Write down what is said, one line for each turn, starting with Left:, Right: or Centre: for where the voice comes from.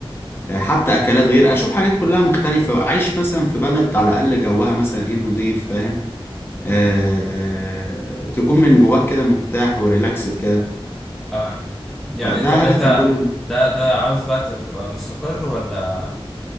Left: آه، حتى اكلات غير اشوف حاجات كلها مختلفة اعيش مثلا في بلد على الاقل جوها مثلا ايه نضيف آه، تكون من جواك كده مرتاح وريلاكسد كده
Centre: اه يعني
Left: فده
Centre: طب
Left: هدفي
Centre: انت
Left: كله
Centre: ده ده عاوز بقى ت- تبقى مستقر ولا